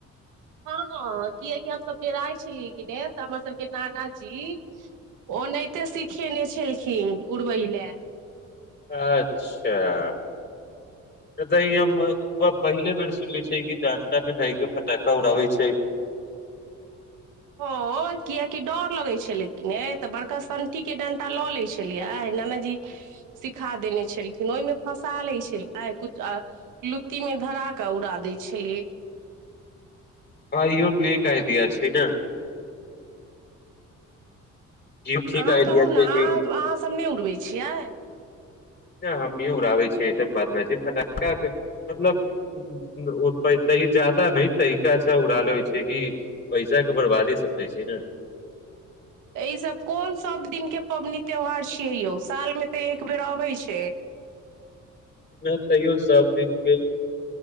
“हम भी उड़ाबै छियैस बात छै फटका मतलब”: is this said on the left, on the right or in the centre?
Left